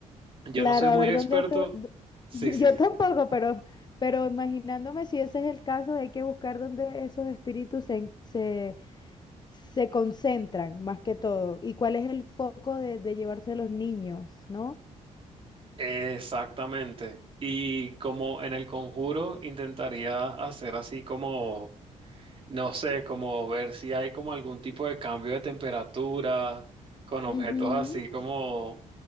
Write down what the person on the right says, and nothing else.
Yo
no soy muy
experto.
Sí,
sí.
Exactamente. Y como en el conjuro intentaría hacer así como No sé, como ver si hay como algún tipo de cambio de temperatura con objetos
así como